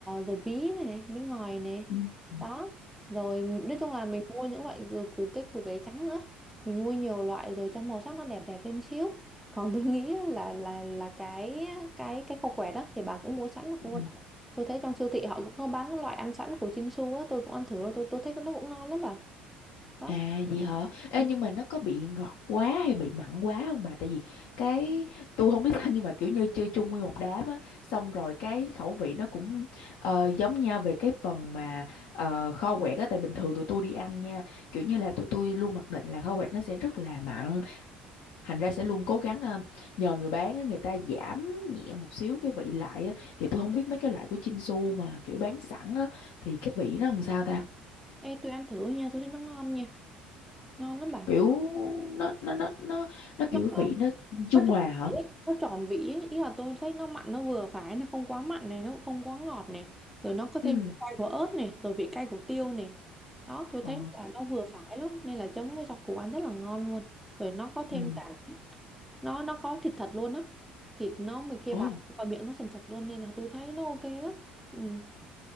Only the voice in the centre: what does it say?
rồi bí này bí ngòi này
đó rồi nói chung là mình mua những loại rồi củ cái củ cải trắng nữa mình mua nhiều loại rồi cho màu sắc nó đẹp đẹp lên xíu còn tôi <laughs> nghĩ á, là là là cái cái cái khô quẹt đó thì bà cũng mua sẵn được
luôn tôi thấy trong siêu thị họ cũng có bán cái loại ăn sẵn của Chinsu á tôi cũng ăn thử rồi tôi tôi thấy nó cũng ngon lắm bà đó
Ừ.
Ê, tôi ăn thử nha tôi thấy nó ngon nha ngon lắm bà
nó
nó
tròn
vị ấy. nó tròn vị ấy. ý là tôi thấy nó mặn nó vừa phải nó không quá mặn này nó cũng không quá ngọt này rồi nó có thêm
vị cay của ớt này rồi vị cay của tiêu này đó tôi
thấy là nó vừa phải lắm nên là chấm với rau củ ăn rất là ngon luôn rồi nó có thêm
cả nó nó có thịt thật luôn á thịt nó mình kia
bạc vào miệng nó sần sật luôn nên là tôi thấy nó ok lắm ừ.